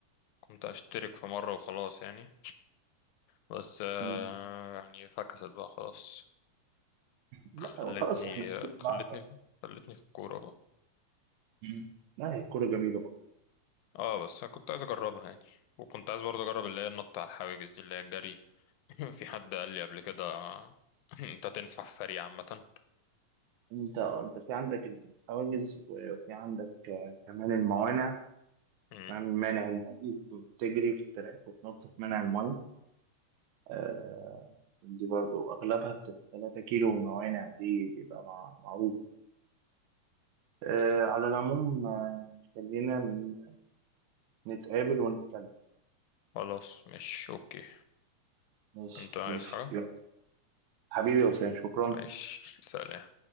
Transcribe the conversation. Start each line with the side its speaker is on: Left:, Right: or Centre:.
Left: كنت أشترك في مرة وخلاص يعني بس آه،
Right: مم.
Left: يعني فكست بقى خلاص
Right: لا
Left: خلتني
Right: خلاص احنا بقى-
Left: خلتني خلتني في الكورة بقى
Right: مم. لا هي الكورة جميلة برضه
Left: اه بس أنا كنت عايز أجربها يعني وكنت عايز برضه أجرب اللي هي النط على الحواجز دي اللي هي الجري <laughs> في حد قال لي قبل كده <laughs> أنت تنفع في فريق عامة
Right: انت انت في عندك الحواجز وفي عندك آه، كمان الموانع
Left: مم.
Right: كمان مانع الماء بتجري في التراك وتنط في مانع الماء آه، دي برضو أغلبها بتبقى 3 كيلو موانع دي بيبقى مع- معروف آه على العموم آه خلينا ن- نتقابل ونتكلم
Left: خلاص مش أوكي
Right: ماشي
Left: أنت عايز
Right: ماشي
Left: حاجة؟
Right: يلا. حبيبي يا وسام شكرا
Left: ماشي سلام